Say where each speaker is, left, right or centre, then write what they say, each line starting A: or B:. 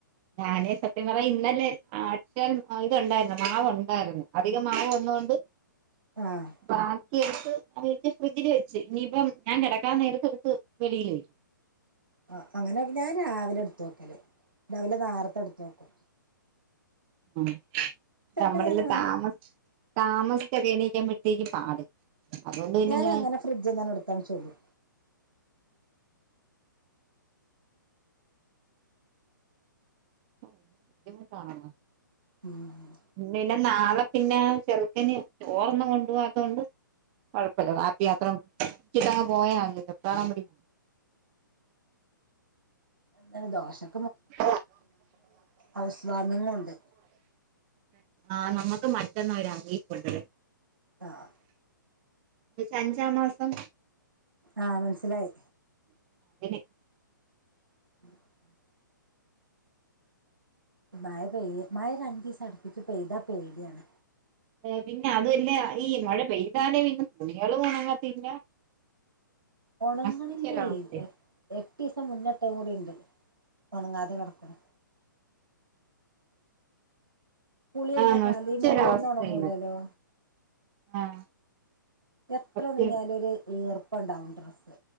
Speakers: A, on the right; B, on the right.
A: ഞാനേ സത്യം പറഞ്ഞ ഇന്നലെ ആട്ടേ ഇത് ഉണ്ടായിരുന്നു മാവ് ഉണ്ടായിരുന്നു. അധികം മാവ് വന്നോണ്ട്.
B: ആഹ് ആഹ്
A: ഭാക്കിയെടുത്ത് വീട്ട് ഫ്രിഡ്ജില് വെച്ച് ഇനിയിപ്പം ഞാൻ കെടക്കാൻ നേരത്ത് എട്ത്ത് വെളിയിൽ വരും.
B: ആഹ് അങ്ങനെ എല്ലാ രാവിലെ എടുത്ത് വെക്കല് രാവിലെ നേർത്തെ എടുത്ത് വെക്കും.
A: ഉം
B: ചിലപ്പോ
A: നമ്മളില്
B: ഞാൻ അങ്ങനെ
A: താമ താമസിച്ചെക്കെ എണീറ്റ് കഴിയുമ്പോഴത്തേക്കും പാട്. അതുകൊണ്ട് പിന്നെ
B: ഞാനങ്ങനെ
A: ഞാൻ
B: ഫ്രിട്ജിന്നാണ്ട് എട്ത്താണ്ട് ചുടും.
A: <unintelligible>
B: ഉം
A: നാളെ പിന്നെ ചെറ്ക്കെന് ചോർ ഒന്നും കൊണ്ട് പോവാതോണ്ട് കൊഴപ്പല്ല വാപ്പി അത്രം ഇട്ടങ്ങ് പോയാ മതിയല്ലോ <unintelligible>
B: അന്ന ദോഷം.
A: <unintelligible>
B: ഹൗസ് വാമിങ്ങും ഉണ്ട്
A: ആഹ നമ്മക്ക് മറ്റന്ന അറിയിപ്പണ്ടത്
B: ആഹ
A: ഇച്ച് അഞ്ചാം മാസം
B: ആഹ് മനസിലായി.
A: <unintelligible>
B: <unintelligible> മഴ പെയ മഴ രണ്ടിസം അടുപ്പിച്ച് പെയ്താ പേടിയാണ്.
A: ഓ പിന്നെ അതല്ല ഈ മഴ പെയ്താല് പിന്നെ തുണളും ഉണങ്ങത്തില്ല.
B: ഒണങ്ങ്ണ്
A: നശിച്ചൊരവസ്ഥയാ
B: ഇല്ലെയ് എ എട്ടീസം മുന്നെ ഇട്ടെയ്കൂടി ഇണ്ട് ഒണങ്ങാതെ കെട്ക്ക്ണ് കുളി കഴിഞ്ഞാ
A: ആഹ്
B: തലിം
A: നശിച്ചൊരവസ്ഥയാണ്
B: മുടി ഒന്നും ഒങ്ങുലല്ലോ
A: ആഹ്
B: എത്ര
A: സത്യം
B: ഉണഞ്ഞാലും ഒരു ഈർപ്പ ഉണ്ടാവും ഡ്രസ്സ്.